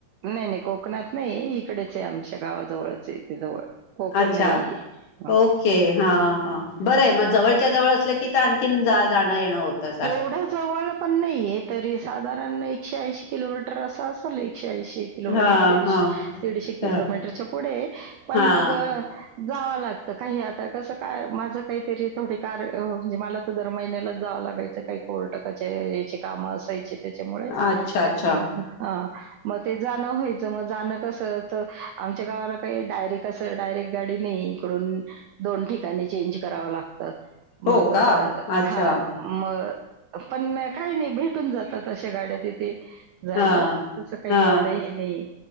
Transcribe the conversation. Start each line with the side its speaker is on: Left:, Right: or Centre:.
Right: नाही नाही कोकणात नाही इकडेच आहे आमच्या गावाजवळच आहे जवळ. कोकण
Left: अच्छा
Right: नाहीये. हं.
Left: ओके हा हा बरं आहे मग जवळच्या जवळ असलं की तर आणखी कन जा जाण येणं होत सारखं
Right: एवढ्या जवळ पण नाहीये तरी साधारण एकशे ऐंशी किलोमीटर असं असेल एकशे ऐंशी किलोमीटर
Left: हा
Right: दीडशे
Left: हा
Right: दीडशे किलोमीटरच्या
Left: ह
Right: पुढे पण
Left: हा
Right: मग जावं लागत काही आता कसं काय माझं काहीतरी थोडी कार म्हणजे मला दर महिन्यालाच जावं लागायचं काही कोर्ट कचेरीची कामं असायचीच त्यांच्यामुळे
Left: अच्छा अच्छा
Right: मग ह मग ते जाणं व्हायचं मग जाणं कसं तर आमच्या गावाला काही डायरेक्ट तस डायरेक्ट गाडी नाही इकडून दोन ठिकाणी चेंज कराव लागतं
Left: हो
Right: मग
Left: का अच्छा
Right: हा मग पण काही नाही भेटून जातात अशा गाड्या तिथे जायलं
Left: हा
Right: तुझं काही
Left: हा
Right: एवढं हे नाही